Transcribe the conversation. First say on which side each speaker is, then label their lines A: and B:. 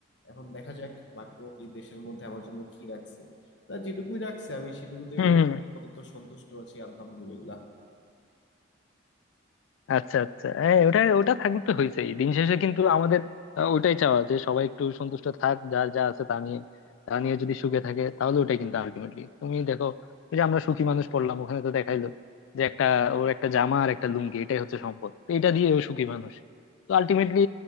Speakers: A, on the left (about 60°); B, on the left (about 80°).
A: এখন দেখা যাক ভাগ্য এই দেশের মধ্যে আমার জন্য কি রাখছে তা যেটুকুই রাখছে আমি সেটুকুতেই
B: হুম
A: মোটামুটি
B: হুম
A: আপাতত সন্তুষ্ট আছি আলহামদুলিল্লাহ
B: আচ্ছা আচ্ছা হ্যাঁ ওটা ওটা থাকলে তো হয়েছেই দিন শেষে কিন্তু আমাদের আহ, ওটাই চাওয়া যে সবাই একটু সন্তুষ্ট থাক যার যা আছে তা নিয়ে তা নিয়ে যদি সুখে থাকে তাহলে ওটাই কিন্তু আলটিমেটলি তুমি দেখো ওই যে আমরা সুখী মানুষ পড়লাম ওখানে তো দেখাইলো যে একটা ওর একটা জামা আর একটা লুঙ্গি এটাই হচ্ছে সম্পদ তো এটা দিয়ে ও সুখী মানুষ তো আলটিমেটলি